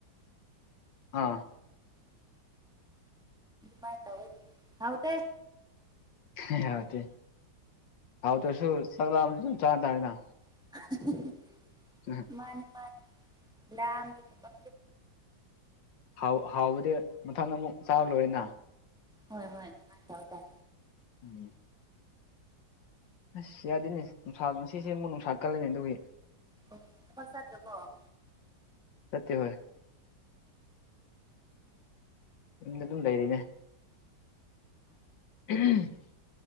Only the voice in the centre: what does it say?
ꯃꯥꯏ ꯇꯧꯋꯤ ꯍꯥꯎꯇꯦ
<unintelligible>
ꯃꯥꯅꯤ ꯃꯥꯅꯤ ꯂꯥꯝꯃꯗꯤꯀꯣ
ꯍꯣꯏ ꯍꯣꯏ ꯃꯥꯏ ꯇꯧ ꯇꯥꯏ
<unintelligible> ꯊꯕꯛ ꯆꯠꯇ꯭ꯔꯕꫭ